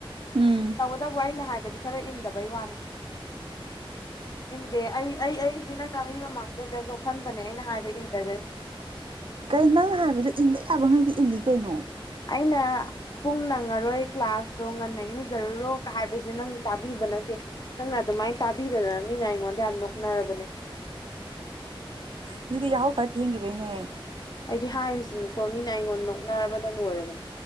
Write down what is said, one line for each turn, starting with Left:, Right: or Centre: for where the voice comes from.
Right: ꯎꯝ
Left: ꯇꯧꯒꯗꯕꯨ ꯑꯩꯅ ꯍꯥꯏꯕꯗꯤ ꯈꯔ ꯏꯟꯗꯕꯩ ꯋꯥꯅꯦ ꯏꯟꯗꯦ ꯑꯩ ꯑꯩ ꯑꯩꯁꯤꯦ ꯅꯪꯅ ꯃꯤ ꯃꯃꯥꯡꯗꯩꯗꯁꯨꯍꯟꯕꯅꯦ ꯑꯩꯅ ꯍꯥꯏꯕ ꯏꯟꯗꯒꯩ
Right: ꯀꯩ ꯅꯪꯅ ꯍꯥꯏꯕꯗ ꯏꯟꯕ ꯌꯥꯕꯉꯩꯗꯤ ꯏꯜꯂꯤ ꯀꯩꯅꯣ
Left: ꯑꯩꯅ ꯄꯨꯡ ꯅꯪꯉꯔꯣꯏ ꯀ꯭ꯂꯥꯁꯇꯣ ꯉꯟꯅ ꯏꯔꯨꯖꯔꯨꯔꯣ ꯍꯥꯏꯕꯁꯦ ꯅꯪ ꯇꯥꯕꯤꯕ ꯅꯠꯇꯦ ꯅꯪꯅ ꯑꯗꯨꯃꯥꯏꯅ ꯇꯥꯕꯤꯗꯗꯅ ꯃꯤꯅ ꯑꯩꯉꯣꯟꯗ ꯌꯥꯝ ꯅꯣꯛꯅꯔꯕꯅꯦ
Right: ꯑꯗꯨꯗꯤ ꯌꯥꯍ ꯈꯔ ꯊꯦꯡꯈꯤꯕꯩꯅꯦ
Left: ꯑꯩꯗꯤ ꯍꯥꯏꯔꯤꯁꯤꯅꯤꯀꯣ ꯃꯤꯅ ꯑꯩꯉꯣꯟꯗ ꯅꯣꯛꯅꯔꯕꯅ ꯂꯣꯏꯔꯕꯅꯤ